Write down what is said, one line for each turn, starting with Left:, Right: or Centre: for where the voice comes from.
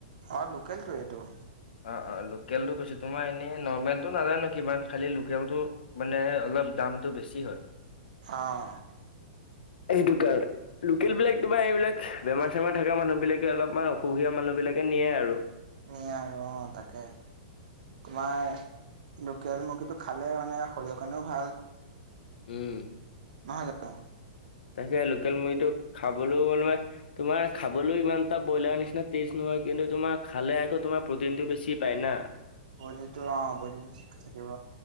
Right: অ' লোকেলটোৱেতো।
Left: অ', অ' লোকেলটো কৈছো, তোমাৰ এনেই নৰ্মেল টো নাজানো কিমান, খালি লোকেলটো মানে অলপ দামটো বেছি হয়।
Right: অহ'।
Left: এই দুটাৰ। লোকেল বিলাক তোমাৰ এইবিলাক, বেমাৰ-চেমাৰ থকা মানুহ বিলাকে অলপমান অসুখীয়া মানুহ বিলাকে নিয়ে আৰু।
Right: নিয়ে আৰু অ', তাকে। তোমাৰ লোকেল মুৰ্গীটো খালে মানে শৰীৰৰ কাৰণেও ভাল।
Left: উম।
Right: নহয় জানো।
Left: তাকে লোকেল মুৰ্গীটো খাবলৈও <unintelligible> তোমাৰ খাবলৈও ইমান এটা ব্ৰইলাৰ নিচিনা টেষ্ট নহয়, কিন্তু তোমাৰ খালে আকৌ তোমাৰ প্ৰ'টিনটো বেছি পায় না।
Right: ব'ডিটো অ ব'ডিটো ঠিক থাকিব।